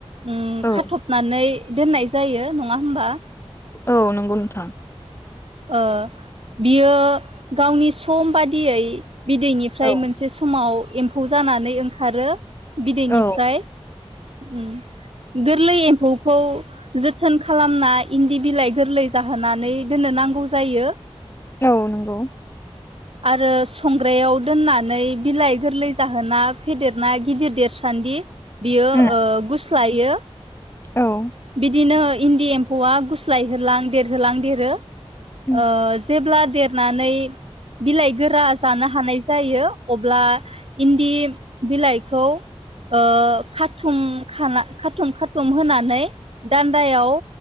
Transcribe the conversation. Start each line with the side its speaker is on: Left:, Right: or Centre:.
Right: ओम
Left: औ
Right: खाथबनानै दोननाय जायो नङा। होमबा
Left: औ नंगौ। थां।
Right: ओ बियो गावनि सम बादियै बिदैनिफ्राय
Left: औ
Right: मोनसे समाव एम्फौ जानानै ओंखारो बिदैनिफ्राय
Left: औ
Right: उम। गोरलै एम्फौ। खौ जोथोन खालामना इन्दि बिलाइ गोरलै जाहोनानै दोननो नांगौ जायो
Left: औ नंगौ
Right: आरो संग्रायाव दोननानै बिलाइ गोरलै जाहोना फेदेरना गिदिर देरसान्दि बियो
Left: उम
Right: ओ जायो।
Left: औ
Right: बिदिनो इन्दि एम्फौआ गुस्लायहोलां देरहोलां देरो। ओ
Left: उम
Right: जेब्ला देरनानै बिलाइ गोरा जानो हानाय जायो अब्ला इन्दि बिलाइखौ ओ खाथुम खाला खाथुम खाथुम होनानै दान्दायाव